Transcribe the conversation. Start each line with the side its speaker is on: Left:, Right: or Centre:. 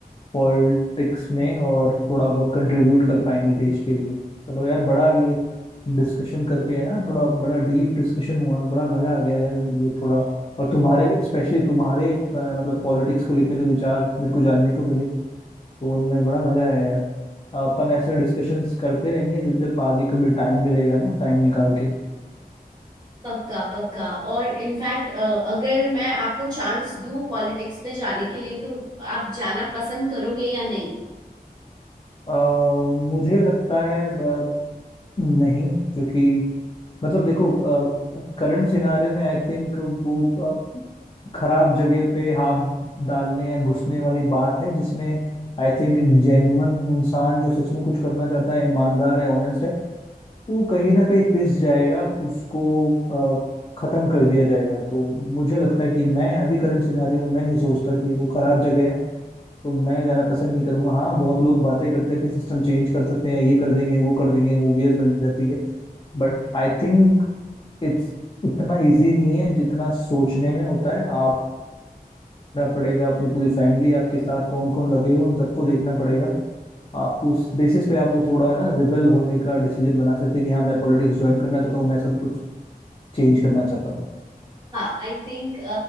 Left: पॉलिटिक्स में और थोड़ा बहुत कंट्रीब्यूट कर पाएंगे देश के लिए चलो यार बड़ा ये डिस्कशन करके है ना थोड़ा बड़ा डीप डिस्कशन हुआ बड़ा मजा आ गया यार ये थोड़ा और तुम्हारे स्पेशली तुम्हारे अ, मतलब पॉलिटिक्स को लेकर जो विचार मेरे को जानने को मिले तो उनमें बड़ा मजा आया यार अपन ऐसे डिस्कशंस करते रहेंगे जब जब आगे कभी टाइम मिलेगा ना टाइम निकाल के
Right: पक्का पक्का और इनफैक्ट अगर मैं आपको चांस दूं पॉलिटिक्स में जाने के लिए तो आप जाना पसंद करोगे या नहीं
Left: अ, मुझे लगता है ब- नहीं क्योंकि मतलब देखो करंट सिनारियो में आई थिंक वो खराब जगह पे हाथ डालने या घुसने वाली बात है जिसमें आई थिंक एक जेन्युइन इंसान जो सच में कुछ करना चाहता है ईमानदार है ऑनेस्ट है वो कहीं ना कहीं पिस जाएगा उसको अ, खत्म कर दिया जाएगा तो मुझे लगता है कि मैं अभी करंट सिनारियो में मैं नहीं सोचता कि वो खराब जगह है तो मैं जाना पसंद नहीं करूंगा हाँ बहुत लोग बातें करते हैं कि सिस्टम चेंज कर सकते हैं ये कर देंगे वो कर देंगे मूवीज बन जाती है बट आई थिंक इट्स उतना इजी नहीं है जितना सोचने में होता है आप देखना पड़ेगा अपनी पूरी फैमिली आपके साथ कौन कौन लगे हुए उन सबको देखना पड़ेगा आपको उस बेसिस पे आप वो थोड़ा है ना रिबेल होने का डिसीजन बना सकते हैं कि हाँ मैं पॉलिटिक्स ज्वाइन करना चाहता हूँ मैं सब कुछ चेंज करना चाहता हूँ
Right: हाँ आई थिंक